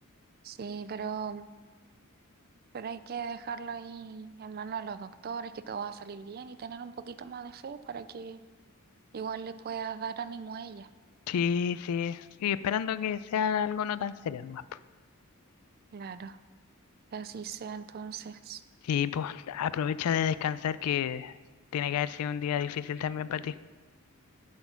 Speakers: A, on the right; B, on the left.
A: sí, pero, pero hay que dejarlo ahí en manos de los doctores, que todo va a salir bien y tener un poquito más de fe para que igual le puedas dar ánimo a ella.
B: Sí, sí, y esperando que sea algo no tan serio nomás. po.
A: Claro, que así sea, entonces
B: Sí, pues aprovecha de descansar que tiene que haber sido un día difícil también para ti.